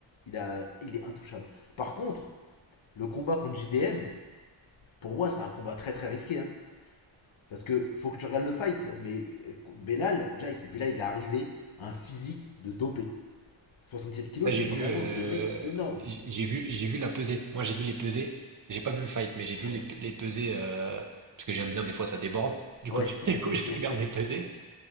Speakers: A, on the left; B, on the right.
A: il, a, il est intouchable. Par contre, le combat contre JDM, pour moi, c'est un combat très très risqué. hein. Parce que faut que tu regardes le fight, mais euh, Belal, déjà, il- Belal, il est arrivé à un physique de dopé. 67 kilos,
B: Ça, j'ai
A: c'est vraiment
B: vu, euh,
A: des mecs énormes.
B: j'ai j'ai vu, j'ai vu la pesée. Moi, j'ai vu les pesées. J'ai pas vu le fight, mais j'ai vu
A: Ouais.
B: les, pe- les pesées euh, parce que j'aime bien. Des fois, ça déborde. Du
A: Ouais.
B: coup, <laughs>
A: <laughs>
B: du coup, je regarde les pesées.